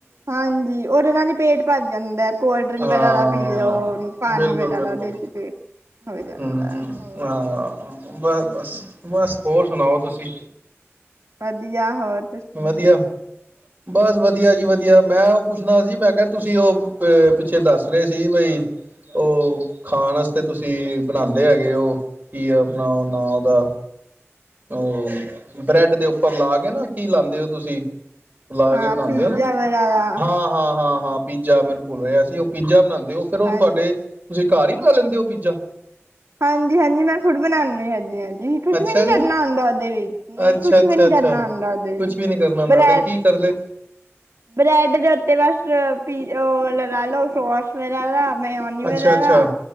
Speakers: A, on the right (about 70°); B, on the right (about 35°).
A: ਹਾਂਜੀ, ਔਦੇ ਨਾਂ ਦੀ ਪੇਟ ਭਰ ਜਾਂਦੈ, ਕੋਲਡ ਡਰਿੰਕ
B: ਹਾਂ
A: ਵਗੈਰਾ ਪੀ ਲਓ, ਪਾਣੀ
B: ਬਿਲਕੁਲ
A: ਵਗੈਰਾ
B: ਬਿਲਕੁਲ
A: ਓਦੇ ਚ ਪੇਟ ਹੋ ਜਾਂਦੈ।
B: ਹਮ
A: ਹੋਰ
B: ਹਾਂ ਬਸ ਬਸ ਬਸ ਹੋਰ ਸੁਣਾਓ ਤੁਸੀਂ।
A: ਵਧੀਆ, ਹੋਰ ਤੁਸੀ ਸੁਣਾਓ।
B: ਵਧੀਆ ਬਸ ਵਧੀਆ ਜੀ ਵਧੀਆ, ਮੈਂ ਔ ਪੁੱਛਣਾ ਸੀ ਮੈਂ ਕਿਆ ਤੁਸੀਂ ਓਹ ਪਿੱਛੇ ਦੱਸ ਰੇ ਸੀ ਬਈ ਓਹ ਖਾਣ ਅਸਤੇ ਤੁਸੀਂ ਬਣਾਂਦੇ ਹੈਗੇ ਔ, ਕੀ ਔ ਅਪਣਾ ਔ ਨਾਂ ਔਦਾ? ਓਹ ਬ੍ਰੈਡ ਦੇ ਉੱਪਰ ਲਾ ਕੇ ਨਾ ਕੀ ਲਾਂਦੇ ਔ। ਤੁਸੀਂ। ਲਾ
A: ਹਾਂ
B: ਕੇ ਬਣਾਂਦੇ
A: ਪੀਜ਼ਾ
B: ਔ ਨਾ,
A: ਵਗੈਰਾ
B: ਹਾਂ ਹਾਂ ਹਾਂ ਹਾਂ ਪੀਜ਼ਾ ਮੈਨ ਭੁਲ ਰਿਆ ਸੀ ਔ ਪੀਜਾ ਬਣਾਂਦੇ ਤੇ ਔ ਫੇਰ ਔ
A: ਹਾਂਜੀ
B: ਤੁਹਾਡੇ ਤੁਸੀਂ ਘਰ ਈ ਬਣਾ ਲੈਂਦੇ ਔ ਪੀਜ਼ਾ।
A: ਹਾਂਜੀ ਹਾਂਜੀ, ਮੈਂ ਖੁਦ ਬਣਾਂਦੀ ਹਾਂਜੀ ਹਾਂਜੀ, ਕੁਛ
B: ਅੱਛਾ
A: ਵੀ ਨੀ
B: ਜੀ
A: ਕਰਨਾ। ਅਮਦਾ ਦੇ ਵਿੱਚ ਨਹੀਂ
B: ਅੱਛਾ
A: ਕੁਛ
B: ਅੱਛਾ
A: ਵੀ ਨੀ
B: ਅੱਛਾ
A: ਕਰਣਾ ਹੂੰਦਾ ਓਦੇ ਵਿੱਚ
B: ਕੁਛ ਵੀ ਨਹੀਂ ਕਰਨਾ ਹੁੰਦਾ
A: ਬਰੈਡ
B: ਤੇ ਕੀ ਕਰਦੇ
A: ਬ੍ਰੈਡ ਦੇ ਉੱਤੇ ਬਸ ਪੀ ਓ ਅਲਗ ਲਾਲੋ ਸੋਸ ਵੇਲਾ ਲਾ ਮੇਔਨੀ ਵਗੈਰਾ
B: ਅੱਛਾ ਅੱਛਾ